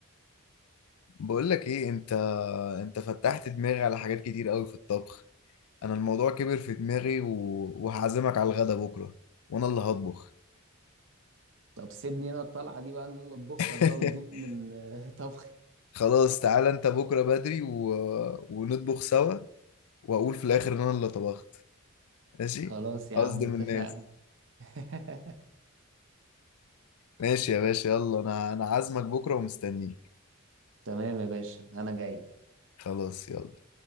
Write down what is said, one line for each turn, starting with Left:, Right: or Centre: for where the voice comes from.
Left: بقول لك ايه انت انت فتحت دماغي على حاجات كتير قوي في الطبخ انا الموضوع كبر في دماغي و... وهعزمك على الغدا بكره وانا اللي هطبخ
Right: طب سيبني انا الطلعه دي بقى انا اللي اطبخ
Left: <laughs>
Right: لك بقى وتدوق من <laughs> آه، طبخي
Left: خلاص تعالى انت بكره بدري و... ونطبخ سوا واقول في الاخر ان انا اللي طبخت ماشي
Right: خلاص يا
Left: قصدي
Right: عم اتفقنا
Left: من الناس
Right: <laughs>
Left: ماشي يا باشا يلا انا انا عازمك بكره ومستنيك
Right: تمام يا باشا انا جاي
Left: خلاص يلا